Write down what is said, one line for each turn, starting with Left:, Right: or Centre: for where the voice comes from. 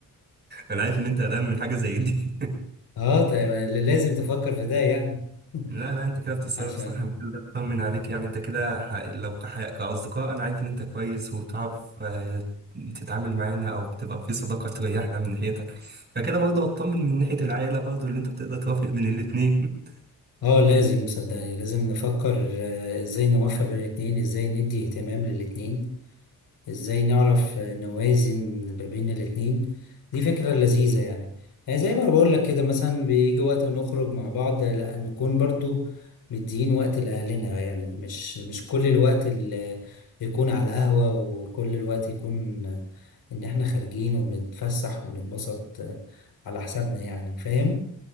Right: انا عارف ان انت قلقان من حاجه زي دي
Left: اه طيب لازم تفكر في ده يعني <laughs>
Right: لا لا انت كده بتتصرف
Left: عشان
Right: صح انا كده اطمن عليك يعني انت كده ح- لو كح- كاصدقاء انا عارف ان انت كويس وبتعرف آه، تتعامل معانا او بتبقى في صداقه تريحنا من ناحيتك فكده برضه هطمن من ناحيه العائله برضه اللي انت بتقدر توافق بين الاتنين
Left: اه لازم صدقني لازم نفكر آه، ازاي نوفق بين الاتنين ازاي ندي اهتمام للاتنين ازاي نعرف آه، نوازن ما بين الاتنين دي فكرة لذيذة يعني يعني زي ما بقول لك كده مثلا بيجي وقت ونخرج مع بعض لا نكون برضو مدين وقت لأهلنا يعني مش مش كل الوقت اللي يكون على القهوة وكل الوقت يكون آه، إن إحنا خارجين وبنتفسح ونتبسط آه، على حسابنا يعني فاهم؟